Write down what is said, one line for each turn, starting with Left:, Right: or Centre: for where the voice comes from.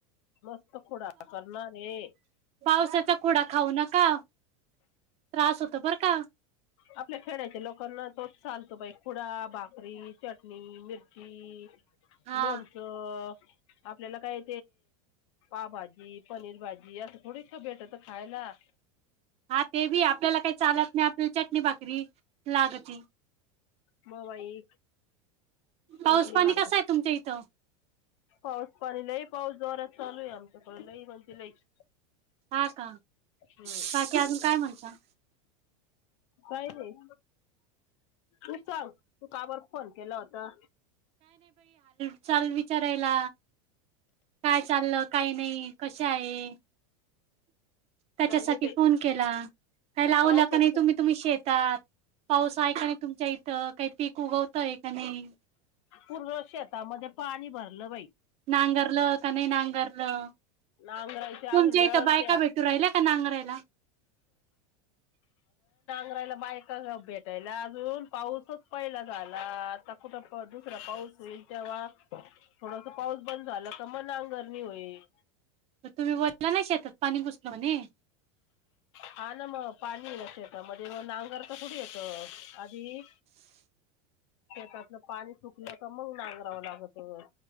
Left: मस्त खुड करणारे
Right: पावसाचा खुडा खाऊ नका त्रास होतो बर का
Left: आपल्या खेडच्या लोकांना तोच चाल तोपई खुडा बाकरी चटणी मिरची
Right: हा
Left: लोणचं. आपल्याला काय. पावभाजी पनीर भाजी असं थोडीस भेटत खायला.
Right: हा ते बी आपल्याला काही चालत नाही आपल्या चटणी भाकरी लागती
Left: मग बाई
Right: पाऊस
Left: चटणी
Right: पाणी
Left: भाकर
Right: कसं आहे तुमच्या इथं
Left: पाऊस पाणी लई पाऊस जोरात चालू आहे आमच्याकडे लई म्हणजे लईच
Right: हा का
Left: हम्म
Right: बाकी अजून काय म्हणता
Left: काही नाही तू सांग तू का बर फोन केला होता
Right: हाल चाल विचारायला काय चाललं काय नाही कशे आहे त्याच्यासाठी
Left: काही नाही
Right: फोन
Left: बाई
Right: केला काही लावला
Left: पाऊसच
Right: का नाही तुम्ही तुम्ही शेतात पाऊस आहे का नाही तुमच्या इथं काही पीक उगवतंय का नाही
Left: पूर्ण शेतामध्ये पाणी भरलं बाई
Right: नांगरलं का नाही नांगरलं
Left: नांगरायची
Right: तुमच्या
Left: अजून
Right: इथं
Left: वेळच
Right: बायका
Left: द्या
Right: भेटू राहिल्या नांगरायला
Left: करायला बायका भेटायला अजून पाऊसच पहिला झाला आता कुठ दुसरा पाऊस आहे तेव्हा थोडस पाऊस बंद झाला का मना नांगरणी होईल
Right: तर तुम्ही बोलला ना शेतात पाणी घुसलणे
Left: हा ना मग पाणी ना शेतामध्येध्ये म नांगर ता थोडी येत आणि
Right: <inaudible>
Left: शेतातलं पाणी सुकलं तर मग नांगरावं लागत.